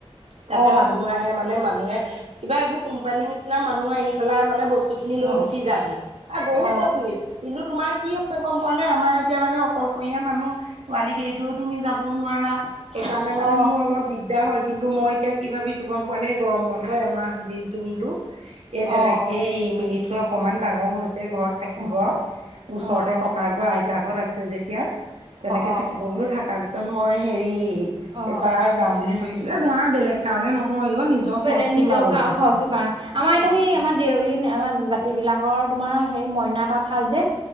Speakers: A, on the right (about 80°); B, on the right (about 50°).
A: তাতে
B: অ অ
A: মানুহ আহে মানে মানুহে কিবা এইবোৰ কোম্পানীৰ নিচিনা মানুহ আহি পেলাই মানে বস্তু সেইখিনি লৈ
B: অ অ
A: গুচি যায়হি আৰু বহুত
B: অ অ
A: প্ৰফিট কিন্তু তোমাৰ কি হয় গম পোৱা নে, আমাৰ এতিয়া মানে অকলশৰীয়া মানুহ ছোৱালীক এৰি থৈ তুমি যাব নোৱাৰা। সেইকাৰণে মানে
B: অ
A: মোৰ অলপ দিগদাৰ হয়। কিন্তু মই এতিয়া কি ভাবিছোঁ গম পোৱা নে গৰমত। এ এমাহ দিনতো মোৰো, এই তেনেকে
B: অ অ
A: এৰি মেলি থৈ অকনমান ডাঙৰ হৈছে। ঘৰত থাকিব
B: অ
A: ওচৰতে
B: অ
A: ক'কা গৈ আইতা ঘৰত আছে যেতিয়া তেনেকে
B: অ
A: থাকিব
B: অ
A: বোলো থাকা পিছত, মই হেৰি
B: অ
A: এবাৰ যাম বুলি ভাবিছোঁ, এই ধৰা বেলেগ কাৰণে নহয় অ নিজৰ খৰচটো
B: বেলে নিজৰ
A: ওলাব লাগে।
B: খচো কাৰণ আমাৰ
A: অ
B: সেই আমাৰ দেউৰী আমাৰ জাতি বিলাকৰ তোমাৰ সেই মইনা তাঁতশাল যে।